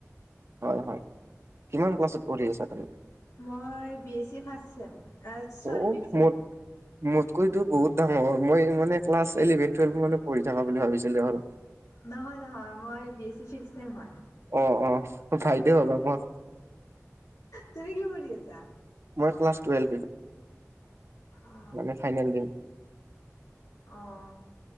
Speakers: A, on the right; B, on the left.
A: হয়-হয়। কিমান ক্লাছত পঢ়ি আছা তুমি?
B: মই B S C first sem. চৰি
A: ঔ
B: ফিফ চেম
A: ম- মোতকৈ তো বহুত ডাঙৰ, মই মানে ক্লাছ ইলেভেন, টুৱেল্ভ মানত পঢ়ি থকা বুলি ভাবিছিলো আৰু।
B: নহয়-নহয় মই বি এছ চি চিক চেম হয়।
A: অঁ', -অঁহ', বাইদেউ হবা মোৰ।
B: তুমি কি কৰি আছা?
A: মই ক্লাছ টুৱেল
B: অ
A: মানে ফাইনেল দিম।
B: অঁ।